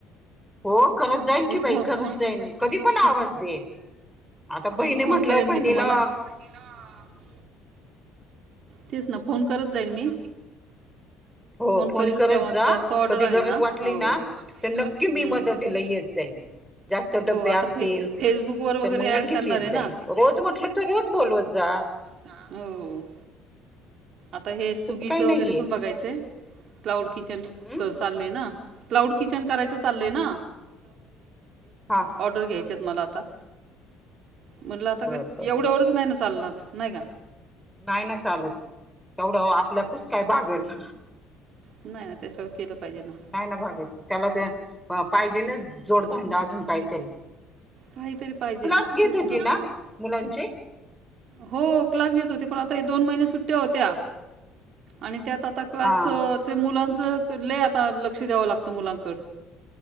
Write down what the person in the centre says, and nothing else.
हो करत जाईल की बाई
करत
जाईल
कधी पण आवाज दे आता बहिणी
म्हटलं
बहिणीला
ह हो फोन
करत
जा
कधी
गरज
वाटली
ना
तर
नक्की मी
मदतीला
येत जाईन जास्त
डबे
असतील
तर
मग
नक्कीच
येत
जाईन
रोज म्हटलं तर रोज बोलवत जा
तसं काही नाहीये
हम्
हा
बर
बर बर
नाही ना चालत तेवढं आपल्याकच काय भागत
नाही ना भागत त्याला तर पाहिजे ना जोडधंदा अजून काहीतरी
तू
क्लास घेत
होती
ना मुलांचे
हा